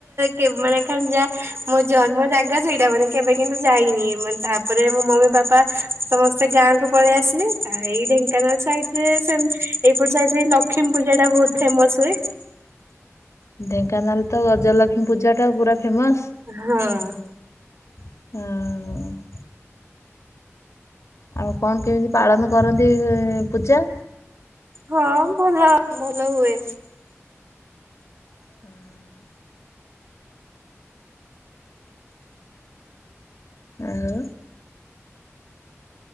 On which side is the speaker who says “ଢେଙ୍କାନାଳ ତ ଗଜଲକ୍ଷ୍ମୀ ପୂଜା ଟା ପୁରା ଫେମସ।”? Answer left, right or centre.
Left